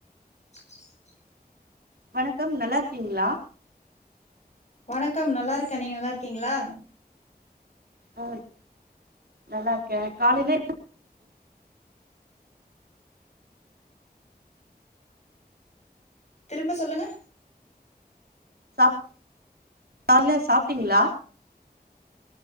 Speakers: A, on the left (about 45°); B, on the right (about 70°).
A: <inaudible>
B: வணக்கம் நல்லா இருக்கீங்களா
A: வணக்கம் நல்லா இருக்கேன் நீங்க நல்லா இருக்கீங்களா
B: உஹ் நல்லா இருக்கே காலையில
A: திரும்ப சொல்லுங்க
B: சாப் காலயில சாப்புட்டீங்ளா